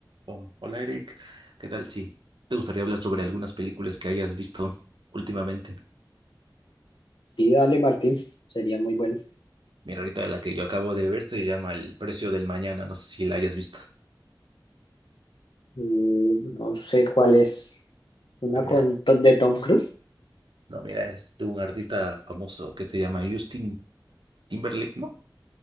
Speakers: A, on the right; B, on the left.
A: Oh, hola Eric, ¿qué tal Sí, te gustaría hablar sobre algunas películas que hayas visto últimamente?
B: Sí, dale, Martín, sería muy bueno.
A: Mira, ahorita la que yo acabo de ver se llama El precio del mañana, no sé si la hayas visto.
B: Mm, No sé cuál es. ¿Es una
A: Ah, mira,
B: con To- de Tom Cruise?
A: no, mira, es de un artista famoso que se llama Justin Timberlake, ¿no?